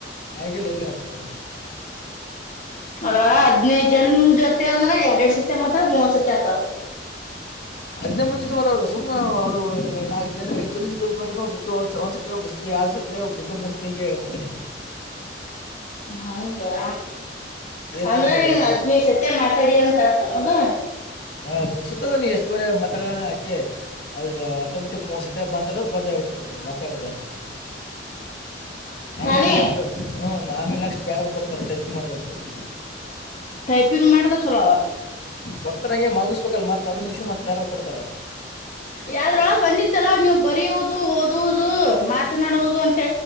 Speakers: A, on the left (about 60°); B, on the left (about 45°).
A: ಅಗಿಲ್ ಎಲ್ಲಾತು.
B: ಅವರ ಹದ್ನೈದ ಜನ್ ಜೊತೆ ಅಂದ್ರ ಯಾಡ್ ಎಡ್ ಸತಿ ಮತ್ತ ಮೂವತ್ತ್ ಸತಿ ಆತು.
A: ಹದ್ನನೈದ್ ಮುಂದಿ ಜೊತೆ ಮಾತಾಡ್ಬ ಸುಮ್ನೆ ಅವ್ರು ನಾಲ್ಕ ಜನ ಐದ್ ಜನಿನ್ ಜೊತೆ ಮಾತಾಡ್ಬ ಒಬ್ರು ಒಂದ್ ಸತಿ ಒಬ್ರು ಜೊತೆ ಯಾರ್ಡ್ ಸತಿ ಒಬ್ರು ಜೊತೆ ಮೂರ್ ಸತಿ ಹಿಂಗೆ ಮಾತಾಡಿನಿ.
B: ಹಂಗಾ
A: ಏಕ
B: ಅಂದ್ರ
A: ಮಾತಾಡು
B: ನೀನ್ ಹದ್ನೈದು ಸತಿ ಮಾತಾಡಿಯ ಅಂತಾಯ್ತು <unintelligible>
A: ಹ ಅಲ್ ತೋರ್ಸುತ್ತದ ನೀ ಎಷ್ಟು ಬೇರೆ ಮತಡಿಯ ಅನ್ ಅಷ್ಟೇ. ಅದ ಆಟೋಮೆಟಿಕ್ ಮೋಸತ ಬಂದಾಡ ಬಂದೇ ಬಿಡ್ತದ ಮತ್ತಾಡದೆ. ಆಮೇಲೆ
B: ತಾನೇ
A: ನೆಕ್ಸ್ಟ್ ಹ್ಮ ಆಮೇಲೆ ನೆಕ್ಸ್ ಬ್ಯಾರೆದು ಕೊಡ್ತಾರೆ ಟೈಪಿಂಗ್ ಮಾಡುದಂತದ್-
B: ಟೈಪಿಂಗ್ ಮಾಡಿದ ಚಲೋ
A: ಕೊಡ್ತಾರ ಹಂಗೆ ಮಗಿಸ್ಬೇಕಲ್ ಮತ್ತದು ಮುಗಸುದ್ರ್ ಮತ್ ಬ್ಯಾರೆದ್ ಕೊಡ್ತಾರೆ.
B: ಯದ್ರೊಳಗ್ ಬಂದಿತ್ತಲ್ಲ ನೀವು ಬರೆಯುವುದು ಓದುವುದು ಮಾತನಾಡುವುದು ಅನ್